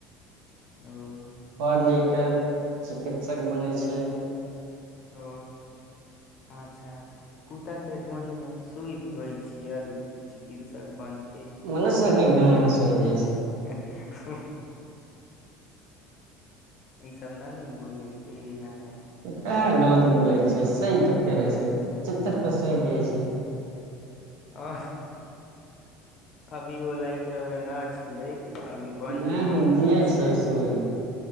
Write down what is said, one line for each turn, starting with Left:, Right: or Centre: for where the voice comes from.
Left: ओ
Right: पढ़ लिख कर चिकित्सक बनै छै
Left: ओ अच्छा कुत्ता के ढोरी मे सुइ देबै छियै चिकित्सक बन के
Right: मनस क ज क द छै
Left: <unintelligible> <unintelligible> ई सब नानू बोल के अहाँ
Right: ओ कहाँ गलत बोलै छै सही तऽ रहै छै पचहतर परसेन्ट त यहि छै
Left: ओह अभी ओ लइक रउआ न छियै अभी बन
Right: ह
Left: जइये
Right: हम
Left: चिकित्सक
Right: जियै छियै सुइ